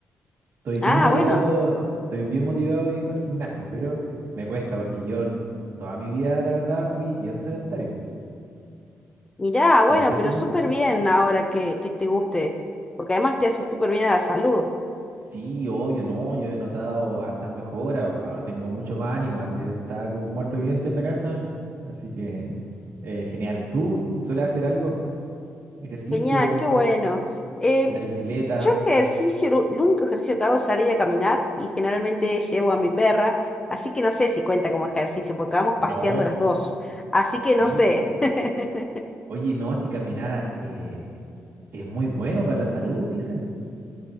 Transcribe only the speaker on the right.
Estoy bien
motivado,
estoy bien motivado yendo al gimnasio, pero me cuesta porque yo n- toda mi vida, la verdad, fui bien sedentario.
No sé
tú.
Sí, obvio, no, yo he notado hartas mejoras, ahora tengo mucho más ánimo, antes estaba como un muerto viviente en la casa, así que eh, genial. ¿Tú sueles hacer algo? ¿Ejercicio?
¿Andar bicicleta?
No,
sí,
oye, no, si caminaras eh, es muy bueno para la salud, dicen.